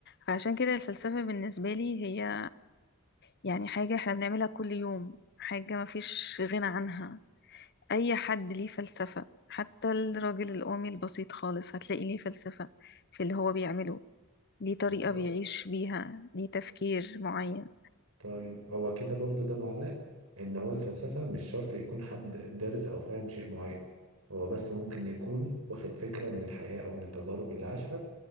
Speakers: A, on the left; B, on the right.
A: فعشان كده الفلسفة بالنسبة لي هي يعني حاجة احنا بنعملها كل يوم حاجة مفيش غنى عنها أي حد ليه فلسفة حتى الراجل القومي البسيط خالص هتلاقي ليه فلسفة في اللي هو بيعمله ليه طريقة
B: بالظبط
A: بيعيش بيها ليه تفكير معين
B: طيب هو كده برضو ده معناه ان هو الفلسفة مش شرط يكون حد دارس او فاهم شيء معين هو بس ممكن يكون واخد فكرة من الحياة او من التجارب اللي عاشها